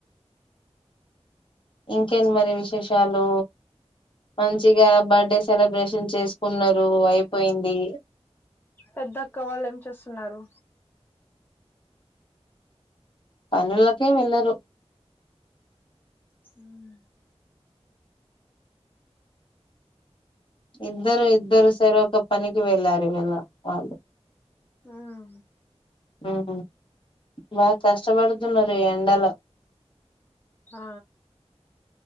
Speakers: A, on the left (about 50°); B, on the left (about 20°).
A: ఇంకేంటి మరి విశేషాలు మంచిగా బర్త్డే సెలబ్రేషన్ చేసుకున్నరు అయిపోయింది.
B: పెద్ద అక్క వాళ్ళు ఏం చేస్తున్నారు
A: పనిలోకే వెళ్ళరు
B: హ్మ్
A: ఇద్దరు ఇద్దరు సెరొక పనికి వెళ్ళారు. ఈ వళ్ళ వాళ్ళు
B: హ్మ్
A: హ్మ్ బా కష్టపడుతున్నారు ఈ ఎండలో
B: ఆ